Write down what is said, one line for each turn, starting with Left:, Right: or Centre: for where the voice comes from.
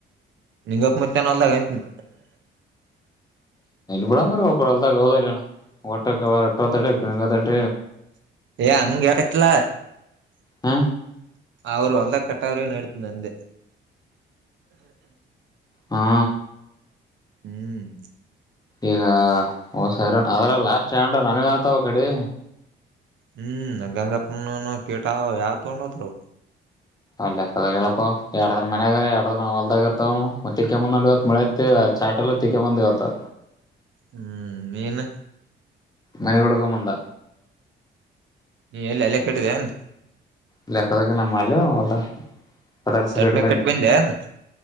Right: ನಿಂಗಪ್ಪ ಮತ್ತನ ಅಲ್ದಾಗ ಎಂತ.
Left: ಬುಡ ಮರ ಒಪ ಅಲ್ದ ಗೌದ ಒಟ್ಟ ಅ ತ ಕಣಕ ತಟ.
Right: ಹೇ ಹಂಗ ಹೇಳಾಕತ್ತಿಲ್ಲ.
Left: ಹ
Right: ಅವ್ರು ಹೊಲ್ದ ಕಟ್ಟವ್ರಗೆ ನಡತ ಅಂದೇ.
Left: ಹಾ
Right: ಹ್ಮ್
Left: ಈಗ ಸರಿ ಅದ್ರ ಲಾಸ್ಟ್ ಸಟ್ಯಾಂಡ ನನ್ ಆತಾವ ಕಡೆ.
Right: ಹ್ಮ್ ನ ಗಂಗಪ್ಪನ ಕೇಟ ಯಾವ್ ತಗೊಂಡ್ ಹೋತ್ರಾವ.
Left: ಅಲ್ಲ ಕದ ಹೇಳೇಳಪ್ಪ ಎರಡದ್ರ ಮನ್ಯಾಗ ಎರಡ್ರ ಅಲ್ದಾಗ ಇರ್ತಾವನು. ಮತ್ತಕ್ಕೆಂದ ಇತ್ ಮಳ ಚಾಟಲ್ಲ ತ ಬಂದಿ ಇತ್ತ.
Right: ಹ್ಮ್ ನಿನ್
Left: ನನಗೆ ಕೊಡಕ ಬಂದ.
Right: ನೀ ಎಲ್ಲಿ ಅಲ್ಲೇ ಕಟ್ಟಿದೆ ಏನ್.
Left: ಇಲೆಕ್ಕದ ನಮ್ಮಲ್ಲ ಒ ಕದರ್ಸ
Right: ಸಡ್ನೆ
Left: ಕೆಡುಬ.
Right: ಕಟ್ ಬಂದೇನ್